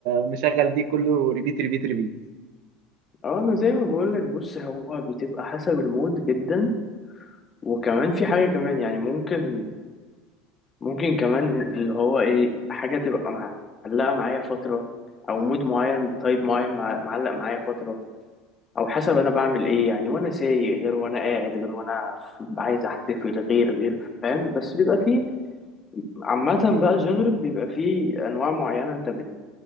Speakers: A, on the right; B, on the left.
A: مشغل دي كله ريبيت ريبيت ريبيت
B: اه انا زي ما بقول لك بص هو بتبقى حسب المود جدا وكمان في حاجه كمان يعني ممكن ممكن كمان اللي هو ايه حاجه تبقى معلقه معايا فتره او مود معين تايب معين مع- معلق معايا فتره او حسب انا بعمل ايه يعني وانا سايق غير وانا قاعد غير وانا ف- عايز احتفل غير غير فاهم بس بيبقى فيه عامه بقى جنرال بيبقى فيه انواع معينه انت بت